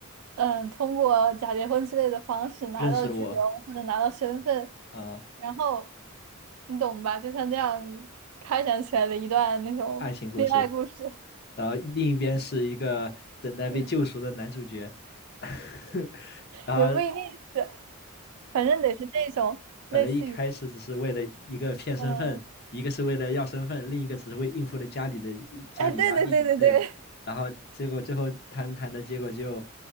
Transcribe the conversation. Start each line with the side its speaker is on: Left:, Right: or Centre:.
Right: 嗯，通过假结婚之类的方式拿到居留或者拿到身份，
Left: 认识我啊、呃
Right: 然后你懂吧？就像这样开展起来的一段那种恋爱故事，
Left: 爱情故事。然后另一边是一个等待被救赎的男主角，
Right: <laughs>
Left: <laughs> 然后
Right: 也不一定是，反正得是那种类似于，
Left: 本来一开始只是为了一个骗身份，
Right: 嗯，
Left: 一个是为了要身份，另一个只是为应付了家里的家里压力，
Right: 哎，对对对对对。
Left: 对，然后结果最后谈谈的结果就，